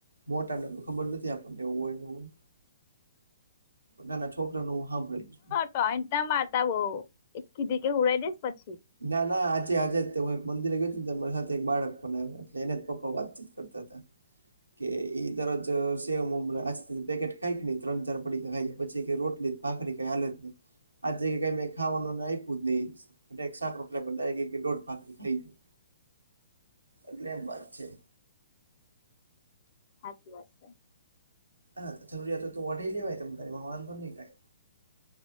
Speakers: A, on the right; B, on the left.
A: મોટા ને ખબર નથી, આપણને એવું હોય નો હોય.
B: <inaudible>
A: નાના છોકરાનું હું <unintelligible> છ.
B: <unintelligible> મારતા હો <unintelligible> દઈસ પછી.
A: ના ના આજે આજે જ તે હું એક મંદિરે ગ્યો ને <unintelligible> સાથે એક બાળક પણ આવ એના જ પપ્પા જ વાતચીત કરતા હતા.
B: <inaudible>
A: એ ઈ દરોજ સેવ મમરા આઇસ્ક્રીમ પેકેટ... <unintelligible> ત્રણ ચાર પડિકા ખાઈ ને પછી કે રોટલી... ભાખરી કઈ હાલત નહી, જગ્યા કઈ મે ખાવાનું આપ્યું જ નહી. એટલે એક શાકરોટલા બંધાઈ ગઈ કે ધોળ ભાકરી ખાઈ ગઈ એટલે એમ વાત છે.
B: હાચી વાત છે.
A: હા, જરૂરીયાતો તો વઢે લેવાય તમ તને વાંધો નહીં થાય.